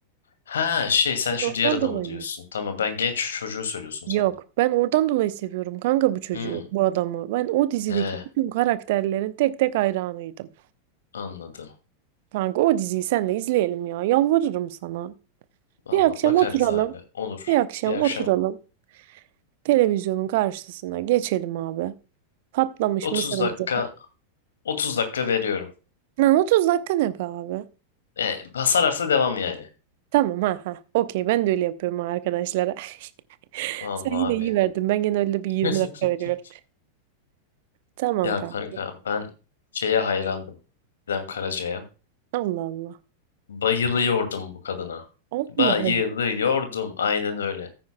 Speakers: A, on the left; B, on the right.
A: Ha şey sen
B: Ben
A: şu diğer
B: ondan
A: adamı
B: dolayı.
A: diyorsun. Tamam ben genç çocuğu söylüyorsun
B: Yok.
A: sandım.
B: Ben oradan dolayı seviyorum kanka bu çocuğu,
A: Hmm,
B: bu adamı. Ben o dizideki
A: he
B: bütün karakterlerin tek tek hayranıydım.
A: anladım.
B: Kanka o diziyi senle izleyelim ya. Yalvarırım sana.
A: Valla
B: Bir akşam
A: bakarız
B: oturalım.
A: abi. Olur.
B: Bir akşam
A: Bir akşam
B: oturalım. Televizyonun karşısına geçelim abi. Patlamış
A: 30
B: mısırımızı.
A: dakika 30 dakika veriyorum.
B: Lan 30 dakika ne be abi?
A: E, sararsa devam yani.
B: Tamam ha ha. Okey ben de öyle yapıyorum ha arkadaşlara. <laughs>
A: Valla
B: Sen yine
A: abi.
B: iyi verdin. Ben genelde bir 20
A: <laughs>
B: dakika veriyorum. Tamam
A: Ya
B: kanka.
A: kanka ben şeye hayrandım. Gizem Karaca'ya.
B: Allah Allah.
A: Bayılıyordum bu kadına.
B: Allah
A: Bayılıyordum.
B: Allah.
A: Aynen öyle.